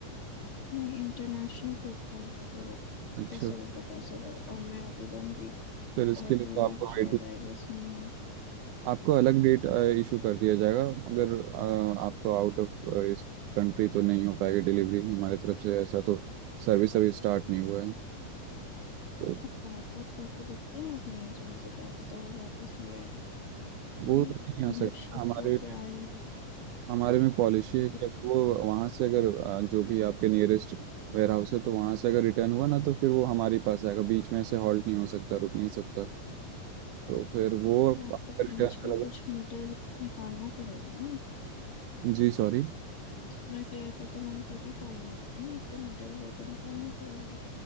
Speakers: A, on the left (about 45°); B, on the right (about 75°).
A: नहीं इंटरनेशनल ट्रिप है सो
B: अच्छा
A: कैसे होगा पॉसिबल और मैं अभी वन वीक
B: फिर इसके
A: और
B: लिए
A: टू
B: तो
A: वीक
B: आपको
A: शायद
B: वेट
A: आई गेस नहीं हूँ
B: आपको अलग डेट इशू कर दिया जाएगा अगर अ, आपको आउट ऑफ इस कंट्री तो नहीं हो पाएगी डिलीवरी हमारे तरफ से ऐसा तो सर्विस अभी स्टार्ट नहीं हुआ है तो
A: आप बात बात करके देखिए ना अपने एजेंट से क्या पता वो वापस ले आए
B: वो
A: अभी
B: तो नहीं
A: मतलब
B: आ सकता
A: शिफ्ट
B: हमारे
A: होके आया है तो
B: हमारे में पॉलिसी है कि
A: फिर
B: अगर वो वहाँ से अगर अ, जो भी आपके नियरेस्ट वेयर हाउस है तो वहाँ से अगर रिटर्न हुआ ना तो फिर वो हमारे पास आएगा बीच में ऐसे हॉल्ट नहीं हो सकता रुक नहीं सकता तो फिर वो
A: तो आपको बीच
B: रिटर्न चला
A: का कुछ मिडिल वे तो निकालना पड़ेगा ना आपको
B: जी सॉरी
A: कस्टमर केयर पे तो मैंने तभी कॉल मिलाया है ना आपको मिडिल वे तो निकालना पड़ेगा